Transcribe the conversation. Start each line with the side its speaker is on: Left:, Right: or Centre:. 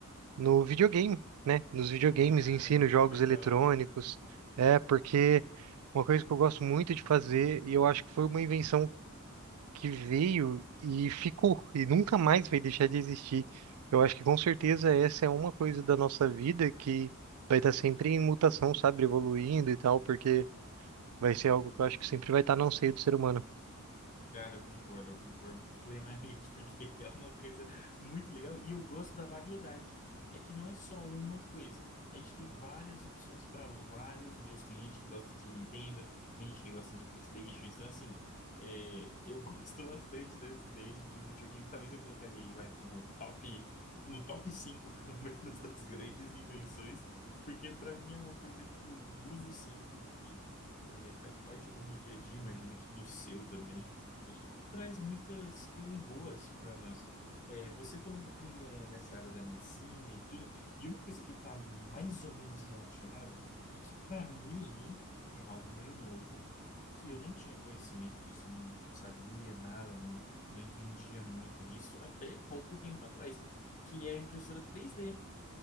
Right: no videogame, né? Nos videogames
Left: Ah,
Right: em si,
Left: muito
Right: nos jogos
Left: legal.
Right: eletrônicos. É, porque uma coisa que eu gosto muito de fazer, e eu acho que foi uma invenção que veio e ficou e nunca mais vai deixar de existir. Eu acho que com certeza essa é uma coisa da nossa vida que vai estar sempre em mutação, sabe, evoluindo e tal, porque vai ser algo que eu acho que sempre vai estar no seio do ser humano.
Left: Cara, eu concordo, eu concordo plenamente, <laughs> porque é uma coisa muito legal e eu gosto da variedade. É que não é só uma coisa. A gente tem várias opções para vários gostos. Tem gente que gosta de Nintendo, tem gente que gosta de PlayStation. Então, assim, é, eu <laughs> gosto bastante dessa ideia de que o videogame talvez eu colocaria aí, vai, como top, no top 5, <laughs> pelo menos, das grandes invenções, porque para mim é uma coisa que eu uso sempre, que é, faz parte do meu dia a dia, imagino que do seu também e traz muitas coisas boas para nós. É, você falou um pouquinho, né, nessa área da medicina e tudo, e uma coisa que está mais ou menos relacionada, e que para mim é algo meio novo, que eu não tinha conhecimento disso, não sabia nada, não, não entendia muito disso até pouco tempo atrás, que é a impressora 3D.